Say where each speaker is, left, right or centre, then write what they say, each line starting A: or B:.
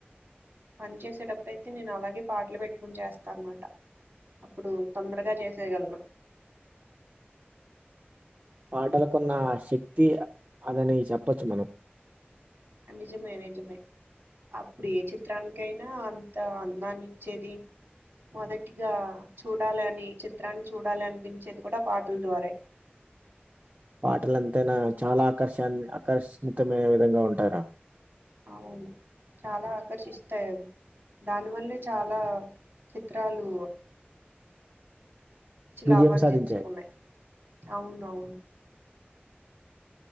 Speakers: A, on the right; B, on the right.
A: పని చేసేటప్పుడు అయితే నేను అలాగే పాటలు పెట్టుకుని చేస్తానమాట అప్పుడు తొందరగా చేసేయగలను
B: పాటలకున్న శక్తి అదని చెప్పొచ్చు మనం
A: ఆ నిజమే నిజమే అప్పుడు ఏ చిత్రానికి అయినా అంత అందాన్ని ఇచ్చేది మొదటిగా చూడాలి అని చిత్రాన్ని చూడాలి అనిపించేది కూడా పాటల ద్వారే
B: పాటలు ఎంతైనా చాలా ఆకర్ష ఆకర్షవితమైన విధంగా ఉంటాయ్
A: అవును చాలా ఆకర్షిస్తాయి అవి దాని వల్లే చాలా చిత్రాలు
B: విజయం
A: లాభాన్ని
B: సాధించాయి
A: తెచ్చుకున్నాయి అవును అవును